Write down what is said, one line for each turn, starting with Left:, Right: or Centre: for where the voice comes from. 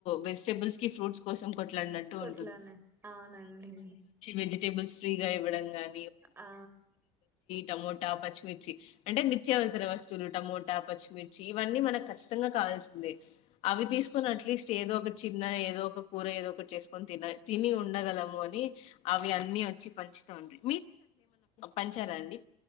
Left: వెజిటబుల్స్ కి ఫ్రూట్ కోసం కొట్లాడినట్టు
Right: కొట్లానే
Left: ఉంటుంది
Right: అవునండి
Left: వెజిటబుల్స్ ఫ్రీ గా ఇవ్వడం గాని
Right: ఆ
Left: టమోట, పచ్చిమిర్చి అంటే నిత్యావసర వస్తువులు టమోటా, పచ్చిమిర్చి ఇవన్నీ మనకు కచ్చితంగా కావాల్సిందే అవి తీసుకొని అట్లీస్ట్ ఏదో ఒకటి చిన్న ఏదో ఒక కూర ఏదో ఒకటి చేసుకొని తిన తిని ఉండగలము అని అవి అని వచ్చి పంచుతుండిరి పంచార అండి